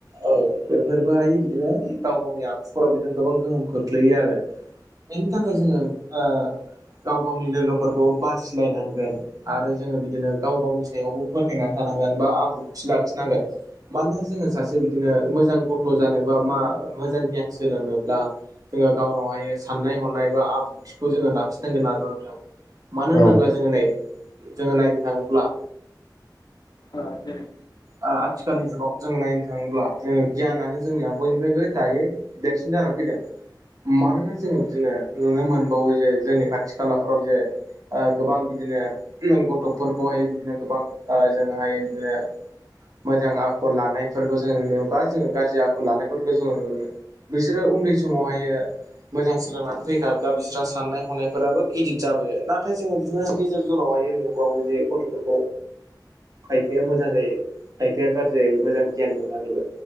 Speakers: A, on the right; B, on the left.
A: औ बेफोरबोहाय बिदिनो गाव गावनि आखुफोराव बिदिनो गोबां गोहोम खोख्लैयो आरो। बेनि थाखाय जोङो ओ गाव गावनि लोगोफोरखौ बासिलायनांगोन। आरो जोङो बिदिनो गाव गावनि सायावबो फोथायनानै थानांगोन बा आब्रुथि लाखिनांगोन। मानोना जोङो सासे बिदिनो मोजां गथ' जानोबा मा मोजां गियान सोलोंनो ब्ला जोङो गावनावहायो साननाय हनाय बा आब्रुथिखौ जोङो लाखिनांगोन आरोना नोंथां। मानो होनोब्ला
B: औ
A: जोङो नै जोङो नायनो थाङोब्ला।
B: आ जेरै
A: आ-आथिखालनि जुगाव जोङो नायनो थाङोब्ला जोङो गियानानो जोंनिया बयनिफ्रायबो दायो। देरसिन जानान फैदों मानोना जोङो बिदिनो नुनो मोनबावो जे जोंनि खाथि खालाफोराव जे ओ गोबां बिदिनो नों गथ'फोरखौहाय बिदिनो गोबां ओ जोङोहाय बिदिनो। मोजां आखल लानायफोरखौ जोङो नुनो मोनो बा जोङो गाज्रि आखल लानायफोरखौ जोङो नुनो मोनो। बिसोरो उन्दै समावहायो मोजां सोलोंनानै फैखाब्ला बिस्रा साननाय हनायफोराबो गिदिर जाबयो नाथाय जोङो बिदिनो गेजेर जरावहाय नु बावो जे गथ'फोरखौ खायफाया मोजां जायो खायफाया गाज्रि जायो मोजां गियान मोननानैबो।